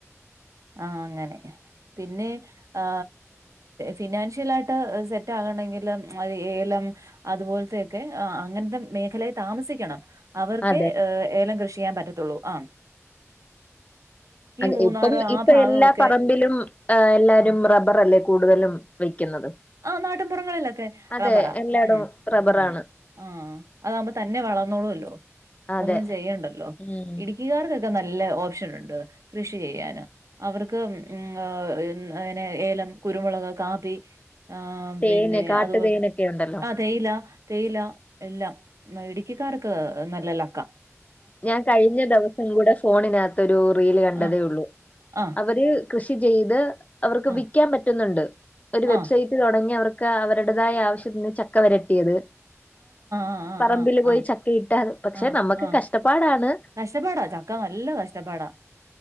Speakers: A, on the right; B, on the left.
A: ആഹ് അങ്ങനെ പിന്നെ ആ ഫിനാൻഷ്യലായിട്ട് സെറ്റ് ആകണെങ്കിലും അ ഏലം. അതുപോലത്തെക്കെ ആ അങ്ങനത്തെ മേഖലേ താമസിക്കണം. അവർക്കെ
B: അതെ
A: ഏലം കൃഷി ചെയ്യാൻ പറ്റത്തുള്ളൂ. ആ
B: അതെ
A: മൂന്നാറ്
B: ഇപ്പം,
A: ആ
B: ഇപ്പ
A: ഭാഗമൊക്കെ
B: എല്ലാ പറമ്പിലും എല്ലാരും
A: ആഹ്
B: റബ്ബർ അല്ലേ കൂടുതലും വെക്കുന്നത്.
A: ആ നാട്ടിൻപുറങ്ങളിലൊക്കെ
B: അതെ
A: റബ്ബറാ
B: എല്ലായിടവും
A: ഉം
B: റബ്ബറാണ്
A: അതെ. ആഹ് അതാകുമ്പോ തന്നെ വളന്നോളൂല്ലോ.
B: അതെ
A: ഒന്നും ചെയ്യണ്ടല്ലോ.
B: ഉം
A: ഇടുക്കിക്കാർ ക്കെ നല്ല ഓപ്ഷൻ ഉണ്ട് കൃഷി ചെയ്യാന് അവർക്ക് ഉം അനെ ഏലം കുരുമുളക് കാപ്പി ആഹ്
B: തേന്
A: പിന്നെ
B: കാട്ടു
A: അതുപോലെ
B: തേനൊക്കെ ഉണ്ടല്ലോ
A: ആഹ് തേയില തേയില എല്ലാം ഇടുക്കിക്കാർക്ക് നല്ല ലക്ക
B: ഞാൻ കഴിഞ്ഞ ദിവസം കൂടെ ഫോണിനകത്തൊരു റീല് കണ്ടതേ
A: ആഹ്
B: ഉള്ളൂ
A: ആഹ്
B: അവര് കൃഷി ചെയ്ത് അവർക്ക്
A: ആഹ്
B: വിൽക്കാൻ പറ്റുന്നുണ്ട് ഒരു വെബ്സൈറ്റ്
A: ആഹ്
B: തുടങ്ങി അവർക്ക് അവരുടതായ ആവശ്യ ചക്ക വരട്ടിയത്
A: ആഹ് ആഹ്
B: പറമ്പിൽ പോയി
A: ആഹ് ആഹ്
B: ചക്കയിട്ട പക്ഷെ
A: ആഹ്
B: നമുക്ക്
A: ആഹ് ആഹ്
B: കഷ കഷ്ടപ്പാടാണ്
A: കഷ്ടപ്പാടാ ചക്ക നല്ല കഷ്ടപ്പാടാ